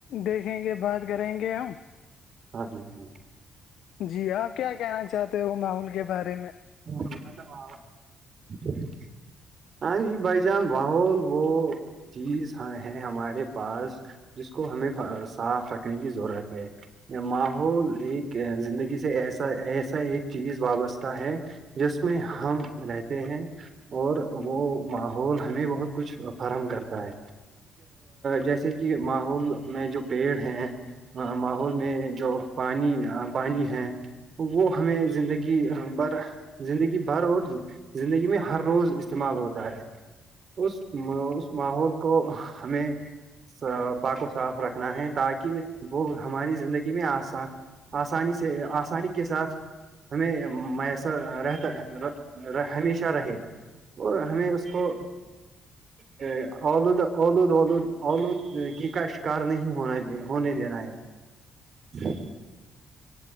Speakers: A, on the left; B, on the right.
A: دیکھیں گے بات کریں گے ہم
B: ہاں ہ ہ
A: جی آپ کیا کہنا چاہتے ہو ماحول کے بارے میں
B: وہٹ ہاں جی بھائی جان بحول وہ چیزاں ہے ہمارے پاس جس کو ہمیں صاف رکھنے کی ضرورت ہے ماحول ایک زندگی سے ایسا ایسا ایک چیز وابستہ ہے جس میں ہم رہتے ہیں اور وہ ماحول ہمیں بہت کچھ فراہم کرتا ہے جیسے کہ ماحول میں جو پیڑ ہیں ماحول میں جو پانی پانی ہے وہ ہمیں زندگی بھر زندگی بھر اور زندگی میں ہر روز استعمال ہوتا ہے اس اس ماحول کو ہمیں پاکاک کو صاف رکھنا ہے تاکہ وہ ہماری زندگی میں آسان آسانی سے آسانی کے ساتھ ہمیں میس رہتا ہمیشہ رہے اور ہمیں اس کو جی اود اولود اولود اولودگی کا شکار نہیں ہونا ہونے دینا ہے جی